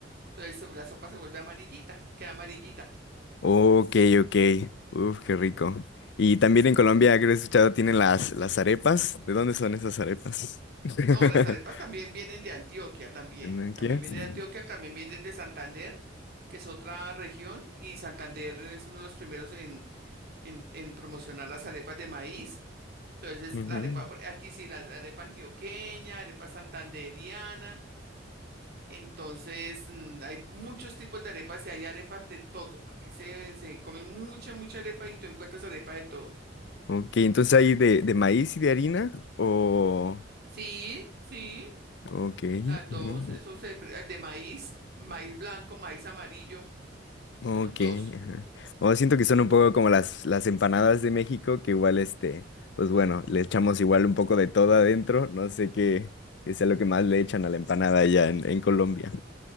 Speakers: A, on the right; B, on the left.
A: entonces se- la sopa se vuelve amarillita, queda amarillita.
B: Ok, ok. Uf, qué rico. Y también en Colombia, creo que he escuchado, tienen las, las arepas. ¿De dónde son esas arepas? <laughs>
A: No, las arepas también vienen de Antioquia, también.
B: ¿Tenochtitlán?
A: También vienen de Antioquia, también vienen de Santander, que es otra región, y Santander es uno de los primeros en, en, en promocionar las arepas de maíz. Entonces,
B: Ujú.
A: la arepa, por- aquí sí, la arepa antioqueña, arepa santanderiana. Entonces, mm, hay muchos tipos de arepas y hay arepas de todo. Aquí se, se come mucha, mucha arepa y tú encuentras arepa de todo.
B: Ok, entonces
A: Rico.
B: hay de, de maíz y de harina o...
A: Sí, sí.
B: Ok.
A: Las dos,
B: ujú.
A: eso se, pre- de maíz, maíz blanco, maíz amarillo,
B: Ok.
A: los dos.
B: ajá. O siento que son un poco como las, las empanadas de México, que igual este, pues bueno, le echamos igual un poco de todo adentro. No sé qué, qué sea lo que más le echan a la empanada allá en, en Colombia.